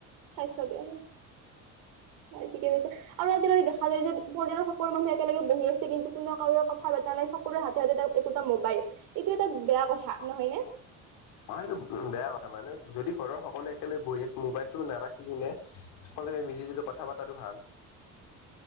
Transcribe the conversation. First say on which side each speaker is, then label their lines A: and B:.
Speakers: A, on the right; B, on the left.
A: স্বাস্থ্য বেয়া হয়। হয় ঠিকে কৈছা, আৰু আজিকালি দেখা যায় যে পৰিয়ালৰ সকলো মানুহ একেলগে বহি আছে, কিন্তু কোনো কাৰোৰে কথা পতা নাই। সকলোৰে হাতে-হাতে একোটা মোবাইল, এইটো এটা বেয়া কথা নহয় নে?
B: অ' সেইটো বেয়া কথা। মানে, যদি ঘৰৰ সকলোৱে একেলেগে বহি আছে, মোবাইলটো নাৰাখি কিনে সকলোৱে মিলিজুলি কথা পাতাতো ভাল।